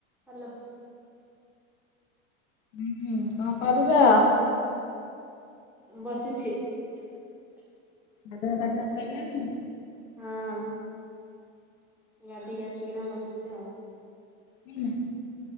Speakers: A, in the centre; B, on the left.
A: Hello.
B: ହୁଁ କଣ କରୁଛ।
A: ବସିଛି।
B: ଗାଧୁଆ ପାଧୁଆ ସଇଲାଣି।
A: ହଁ ଗାଧେଇକି ଆସିକିନା ବସିଛି ଆଉ।
B: ହୁଁ।